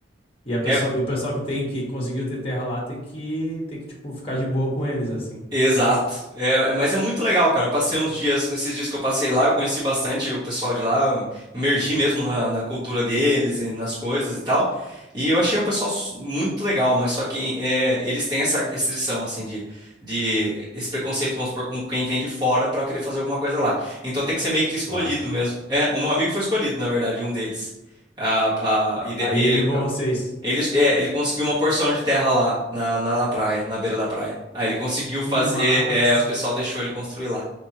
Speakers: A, on the left; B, on the right.
A: E a pessoa,
B: É
A: e o pessoal que tem que conseguiu ter terra lá tem que tem que tipo ficar de boa com eles assim.
B: Exato. É, é- mas é muito legal, cara. Eu passei uns dias, esses dias que eu passei lá, eu conheci bastante o pessoal de lá, eu imergi mesmo na, na cultura deles e nas coisas e tal. E eu achei um pessoal su- muito legal, mas só que é, eles têm essa restrição, assim, de, de esse preconceito, vamos supor, com quem vem de fora pra querer fazer alguma coisa lá. Então tem que ser meio que escolhido
A: Claro.
B: mesmo. É, um amigo foi escolhido, na verdade, um deles. Ah, ah, e de-
A: Aí
B: ele,
A: levou vocês.
B: ele, é, ele conseguiu uma porção de terra lá, na, na, na praia, na beira da praia. Aí ele conseguiu
A: Que
B: fazer,
A: massa.
B: é, o pessoal deixou ele construir lá.